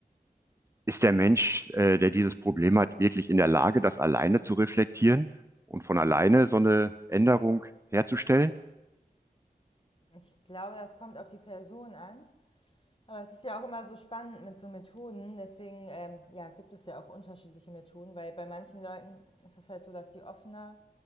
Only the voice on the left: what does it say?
Ich glaube, das kommt auf die Person an Aber es ist ja auch immer so spannend mit so Methoden. Deswegen ähm, ja, gibt es ja auch unterschiedliche Methoden, weil bei manchen Leuten ist es halt so, dass die offener